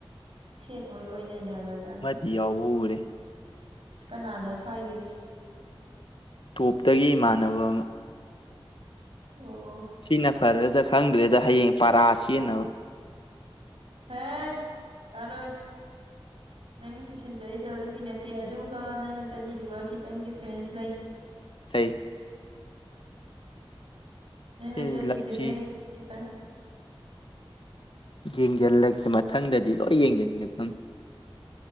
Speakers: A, on the right; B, on the left.
A: ꯁꯦꯠ ꯑꯣꯏ ꯑꯣꯏ ꯂꯩꯅꯈ꯭ꯔꯗ
B: ꯌꯥꯎꯔꯦ
A: ꯀꯅꯥꯅꯣ ꯁ꯭ꯋꯥꯏꯒꯦ
B: ꯇꯣꯞꯇꯒꯤ ꯏꯃꯥꯟꯅꯕ ꯑꯃ
A: ꯑꯣ
B: ꯁꯤꯅ ꯐꯔꯦꯗ ꯈꯪꯗ꯭ꯔꯦꯗ ꯍꯌꯦꯡ ꯄꯔꯥ ꯆꯦꯟꯅꯕ
A: ꯍꯦ ꯀꯔꯣꯏ ꯅꯪ ꯇꯨꯏꯁꯟ ꯆꯠꯂꯤꯗꯣ ꯑꯗꯨꯒꯤ ꯅꯠꯇꯦ ꯑꯗꯨꯒ ꯅꯪꯅ ꯆꯠꯂꯤꯗꯨꯒ ꯈꯤꯇꯪ ꯗꯤꯐ꯭ꯔꯦꯟꯁ ꯂꯩ
B: ꯁꯩ
A: ꯅꯪꯅ
B: ꯁꯤ
A: ꯆꯠꯂꯤꯗꯨ
B: ꯂꯝꯆꯦꯟ
A: ꯅ ꯈꯤꯇꯪ
B: ꯌꯦꯡꯁꯤꯜꯂꯒꯦ ꯃꯊꯪꯗꯗꯤ ꯂꯣꯏ ꯌꯦꯡꯁꯤꯟꯒꯦ ꯈꯪꯅꯤ